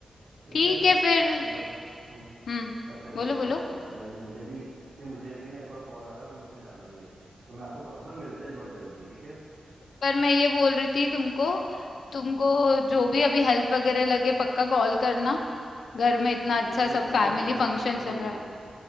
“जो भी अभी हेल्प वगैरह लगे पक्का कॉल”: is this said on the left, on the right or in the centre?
Left